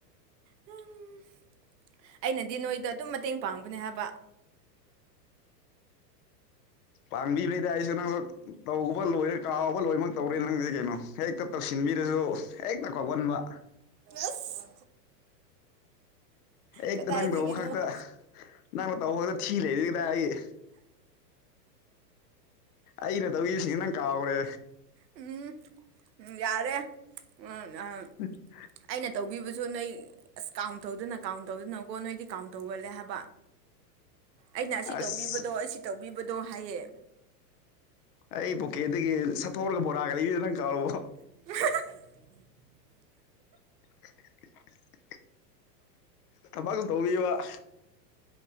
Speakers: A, on the right; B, on the left.
A: ꯎꯝ ꯑꯩꯅꯗꯤ ꯅꯣꯏꯗꯣ ꯑꯗꯨꯝ ꯃꯇꯦꯡ ꯄꯥꯡꯕꯅꯦ ꯍꯥꯏꯕ
B: ꯄꯥꯡꯕꯤꯕꯅꯦꯗ ꯑꯩꯁꯨ ꯅꯪꯁꯨ ꯇꯧꯕ ꯂꯣꯏꯔꯦ ꯀꯥꯎꯕ ꯂꯣꯏꯃꯛ ꯇꯧꯔꯦ ꯅꯪꯁꯦ ꯀꯩꯅꯣ ꯍꯦꯛ ꯇ ꯇꯧꯁꯤꯟꯕꯤꯔꯁꯨ ꯍꯦꯛꯇ ꯀꯥꯎꯒꯟꯕ
A: ꯑꯁ
B: ꯍꯦꯛꯇ
A: ꯀꯗꯥꯏꯗꯒꯤꯅꯣ
B: ꯅꯪ ꯇꯧꯕ ꯈꯛꯇ ꯅꯪꯅ ꯇꯧꯕꯗ ꯊꯤ ꯂꯩꯔꯤ ꯗꯥ ꯑꯩ ꯑꯩꯅ ꯇꯧꯏꯁꯤꯡ ꯅꯪ ꯀꯥꯎꯈ꯭ꯔꯦ
A: ꯎꯝ ꯌꯥꯔꯦ ꯎꯝ ꯑ
B: <inaudible>
A: ꯑꯩꯅ ꯇꯧꯕꯤꯕꯁꯨ ꯅꯣꯏ ꯑꯁ ꯀꯥꯎꯟ ꯇꯧꯗꯨꯅ ꯀꯥꯎꯟ ꯇꯧꯗꯨꯅ ꯀꯣ ꯅꯣꯏꯗꯤ ꯀꯥꯎꯟ ꯇꯧꯒꯜꯂꯦ ꯍꯥꯏꯕ ꯑꯩꯅ ꯑꯁꯤ
B: ꯑꯁ
A: ꯇꯧꯕꯤꯕꯗꯣ ꯑꯁꯤ ꯇꯧꯕꯤꯕꯗꯣ ꯍꯥꯏꯌꯦ
B: ꯑꯩ ꯄꯣꯀꯦꯗꯒꯤ ꯁꯠꯊꯣꯛꯂꯒ ꯕꯣꯔꯥꯒ ꯂꯩꯕꯤꯗꯨꯣ ꯅꯪ ꯀꯥꯎꯔꯕꯣ
A: <inaudible>
B: <inaudible> ꯊꯕꯛ ꯇꯧꯔꯤꯕ